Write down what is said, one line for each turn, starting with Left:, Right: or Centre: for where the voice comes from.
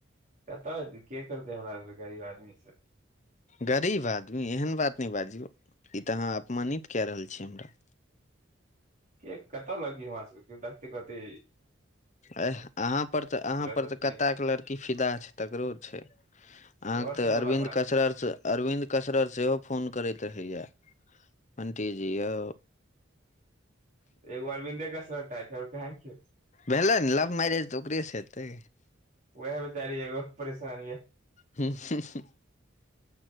Right: करतै के करतै हमरा आर सन गरीब आदमी से
Left: गरीब आदमी एहन बात नहि बाजियौ ई तऽ अहाँ अपमानित कए रहल छी हमरा।
Right: के कतय लगतै हमरा सबके केयो देखतै कहतै।
Left: ऐह अहाँ पर तऽ अहाँ पर
Right: सब
Left: तऽ
Right: स्नेह
Left: कताके लड़की फिदा छै तकरो छै अहाँके
Right: तोहर
Left: तऽ
Right: सब
Left: अरविन्द
Right: वाला बात
Left: कचरारच
Right: छै
Left: अरविन्द कसरर सेहो फोन करैत रहैया अंटी जी यौ
Right: एक बार बिन्दे <unintelligible> कसरत व कहाँ किछ
Left: भेलै ने लव मैरेज तऽ ओकरेसँ हेतै।
Right: वएह बेचारी एगो परेशान ये
Left: हूँ हऽ <inaudible>